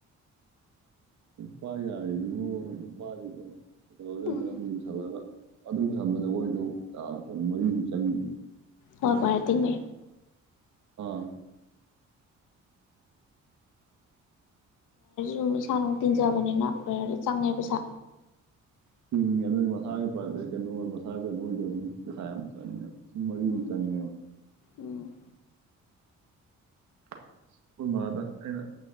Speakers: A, on the right; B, on the left.
A: ꯄꯥꯏ ꯌꯥꯔꯤꯕꯗꯨꯕꯣꯅ ꯑꯗꯨꯝ ꯄꯥꯏꯔꯤꯕ ꯀꯩꯗꯧ ꯅꯅꯤ
B: ꯎꯝ
A: ꯄꯨꯁꯜꯂꯒ ꯑꯗꯨꯕꯨꯁꯟꯕꯗꯈꯣꯏꯗꯣ ꯃꯔꯤꯃꯨꯛ ꯆꯪꯈꯤꯕ
B: ꯍꯣꯏ ꯃꯇꯕ
A: ꯑꯥ
B: ꯨꯝ ꯁꯥꯟ ꯇꯤꯟꯖꯕꯅꯤꯅ ꯀꯈꯋꯔ ꯆꯪꯉꯦ ꯄꯩꯁꯥ
A: ꯆꯤꯡꯉꯦ ꯑꯗꯨ ꯃꯁꯥꯒꯤ ꯀꯩꯅꯣ ꯃꯁꯥ ꯀꯩꯅꯣ ꯑꯣꯏꯗꯕꯅꯤ ꯄꯩꯁꯥ ꯑꯃ ꯆꯪꯉꯦꯕ ꯁꯤ ꯃꯔꯤ
B: ꯎꯝ
A: ꯑꯃ ꯆꯪꯉꯦꯕ
B: ꯎꯝ
A: ꯑꯩꯈꯣꯏꯚꯗ ꯑꯩꯅ